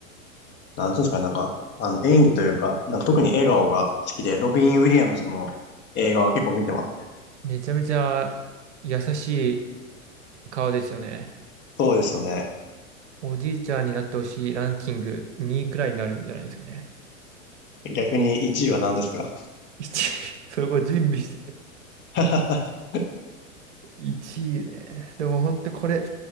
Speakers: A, on the left; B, on the right.
A: なんつうんですかね、なんか、あの、演技というか、なんか特に笑顔が好きで、ロビン・ウィリアムスの映画は結構見てます。
B: めちゃめちゃ優しい顔ですよね。
A: そうですよね。
B: おじいちゃんになってほしいランキング2位くらいになるんじゃないですかね。
A: 逆に1位は何ですか
B: <laughs> 1位、そこ準備してる。
A: <laughs>
B: 1位ね。でも本当これ、